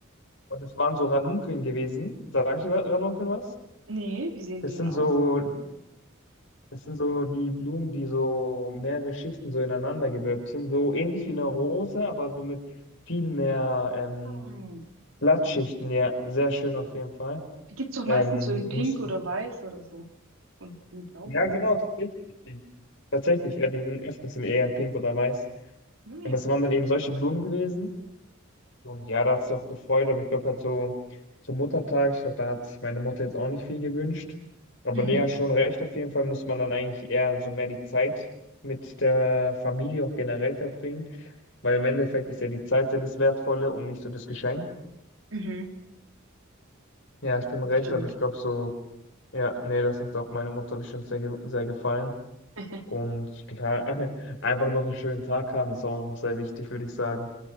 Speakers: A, on the left (about 65°); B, on the right (about 85°).
A: und es waren so Ranunkeln gewesen. Sag ich Ranunkeln was?
B: Nee, wie sehen
A: Das
B: die
A: sind
B: denn aus?
A: so, das sind so die Blumen, die so mehrere Schichten so ineinander gewölbt sind. So ähnlich wie eine Rose, aber so mit viel mehr ähm,
B: Nein.
A: Blattschichten. Ja, sehr schön auf jeden Fall.
B: Die gibt's doch meistens
A: Ähm,
B: so in Pink
A: muss,
B: oder Weiß oder so. Und in Blau.
A: ja, genau, tatsächlich. Tatsächlich, ja, die sind öfters sind eher pink oder weiß.
B: Naja.
A: Aber es waren dann eben solche Blumen gewesen. Und ja, da hat sie auch gefreut, aber ich glaube halt so zum Muttertag, ich glaube, da hat sich meine Mutter jetzt auch nicht viel gewünscht. Aber
B: Mhm,
A: nee, ja, schon recht, auf jeden Fall muss man dann eigentlich eher so mehr die Zeit mit der Familie auch generell verbringen, weil im Endeffekt ist ja die Zeit ja das Wertvolle und nicht so das Geschenk.
B: mhm,
A: Ja, ich bin recht,
B: stimmt.
A: aber ich glaube so, ja, nee, das hat auch meiner Mutter bestimmt sehr, ge- sehr gefallen.
B: <laughs>
A: Und klar, <laughs> einfach noch einen schönen Tag haben, das ist auch noch sehr wichtig, würde ich sagen.